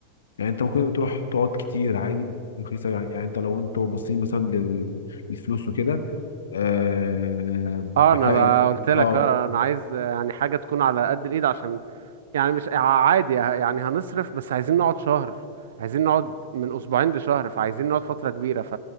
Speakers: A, on the left; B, on the right.
A: يعني انت ممكن تروح تقعد كتير عادي رخيصه يعني, يعني انت لو انتوا باصين مثلا لل- للفلوس وكده أه
B: اه
A: بحقيقي
B: انا بقى قلت لك
A: اه
B: اه انا عايز يعني حاجة تكون على قد الايد عشان يعني مش ع- عادي ه- يعني هنصرف بس عايزين نقعد شهر عايزين نقعد من اسبوعين لشهر فعايزين نقعد فترة كبيرة ف